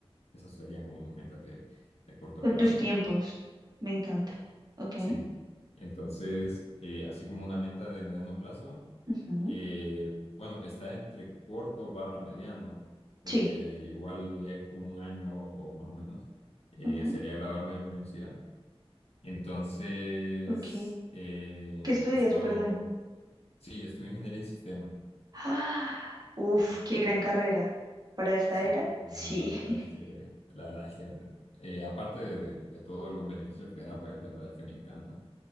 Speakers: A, on the left; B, on the right.
A: Esas serían como mis metas de, de corto
B: Son
A: plazo.
B: tus tiempos. Me encanta. Ok.
A: Sí. Entonces, eh, así como una meta de mediano plazo,
B: ujú,
A: eh, bueno, que está entre corto barra mediano, porque
B: Sí.
A: igual es como un año o más o menos, eh,
B: Ok.
A: sería graduarme de la universidad. Entonces,
B: Ok.
A: eh,
B: ¿Qué estudias,
A: he estado,
B: perdón?
A: sí, estudio ingeniería en sistemas.
B: Ah, uf,
A: Entonces,
B: qué gran carrera. ¿Para esta
A: sí,
B: era? Sí.
A: nada, la verdad es que,
B: <laughs>
A: la verdad es que, eh, aparte de, de- de todos los beneficios que da, pues la verdad es que me encanta.